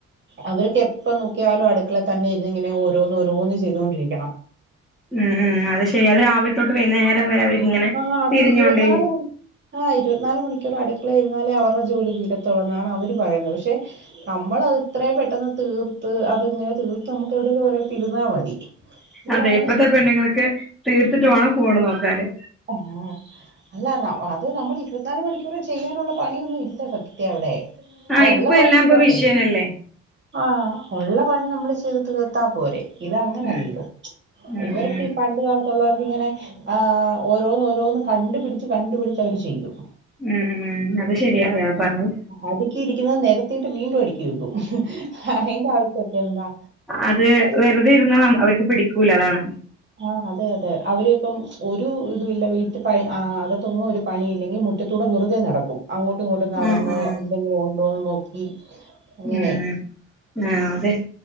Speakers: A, on the right; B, in the centre.
A: അവർക്കെപ്പനോക്കിയാലും അടുക്കളെ തന്നെ ഇരുന്നിങ്ങനെ ഓരോന്നോരോന്ന് ചെയ്തോണ്ടിരിക്കണം
B: ഉം ഉം അത് ശരിയാ, അത് രാവിലെ തൊട്ട് വൈന്നേരം വരെ അവരിങ്ങനെ
A: ആഹ് അത്
B: തിരിഞ്ഞോണ്ടേ
A: ഇരുപത്തിനാല് ആഹ് ഇരുപത്തിനാല് മണിക്കൂർ അടുക്കളെ ഇരുന്നാലേ അവരുടെ ജോലി തീരത്തുള്ളന്നാണവര് പറയുന്നത്, പക്ഷെ നമ്മളത് ത്രേം പെട്ടെന്ന് തീർത്ത് അത്ങ്ങനെ തീർത്തമ്മുക്ക് എവിടെലും ഒരെടത്തിരുന്നാ മതി ഇവരങ്ങനെ
B: അതെ ഇപ്പത്തെ
A: ചിന്തിക്കില്ല
B: പെണ്ണുങ്ങൾക്ക് തീർത്തിട്ടു വേണം ഫോണ് നോക്കാന്
A: ആഹ് അല്ല നം അത് നമ്മളിരുപത് നാല് മണിക്കൂറും ചെയ്യാനുള്ള പണിയൊന്നും ഇല്ല സത്യത്തി അവിടെ
B: ആഹ്
A: ആ ഉള്ള
B: ഇപ്പൊ
A: പണി
B: എല്ലാം
A: ചെയ്താ
B: ഇപ്പൊ
A: പോരെ
B: മിഷ്യനല്ലേ
A: ആഹ് ഒള്ള പണി നമ്മള് ചെയ്ത് തീർത്താ പോരെ ഇതങ്ങനല്ലല്ലോ
B: ഉം ഉം
A: ഇവർക്കീ
B: ഉം
A: പണ്ട് കാലത്തുള്ളവർക്കിങ്ങനെ ആഹ് ഓരോന്നോരോന്ന് കണ്ടുപിടിച്ച് കണ്ടുപിടിച്ചവര് ചെയ്യും
B: ഉം ഉം അത് ശെരിയാ ഇയാള് പർഞ്ഞത്
A: അടുക്കിയിരിക്കുന്നത് നിരത്തിയിട്ട് വീണ്ടും അടുക്കി വെക്കും, അയ്ന്റാവിശ്യൊക്കെ എന്താ
B: അത് വെറുതെ ഇരുന്ന നം അവർക്ക് പിടിക്കൂല അതാണ്
A: ആഹ് അതെയതെ അവരിപ്പം ഒരു ഇതു ഇല്ല വീട്ടി പയ് ആ അകത്തൊന്നും ഒരു പണിയില്ലെങ്കി മു റ്റത്തൂടെ വെറുതെ നടക്കും. അങ്ങോട്ടും ഇങ്ങോട്ടും നടന്ന്,
B: ഉം ഉം
A: എന്തെങ്കിലു ഉണ്ടോന്നും നോക്കി അങ്ങനെ
B: ഉം ആ അതെ